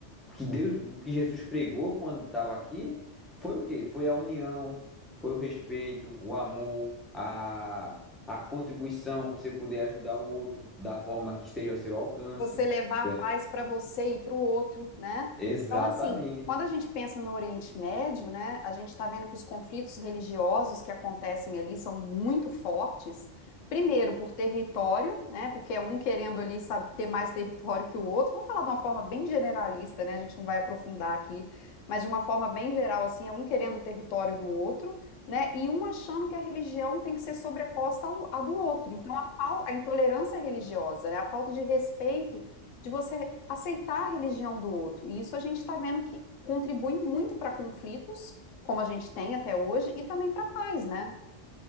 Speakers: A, in the centre; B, on the left.
A: que Deus, o que Jesus pregou quando estava aqui foi o quê? Foi a união, foi o respeito, o amor, a, a contribuição, você poder ajudar o outro da forma que esteja ao seu alcance.
B: você levar a
A: É,
B: paz para você e para o outro, né?
A: Exatamente,
B: Então, assim, quando a gente pensa no Oriente Médio, né, a gente está vendo que os conflitos religiosos que acontecem ali são muito fortes. Primeiro, por território, né, porque é um querendo ali sabe, ter mais território que o outro. Vamos falar de uma forma bem generalista, né, a gente não vai aprofundar aqui, mas de uma forma bem geral, assim, é um querendo o território do outro né? E um achando que a religião tem que ser sobreposta ao, à do outro. Então, a, fal- a intolerância religiosa, né? A falta de respeito de você aceitar a religião do outro. E isso a gente está vendo que contribui muito para conflitos, como a gente tem até hoje, e também para a paz, né?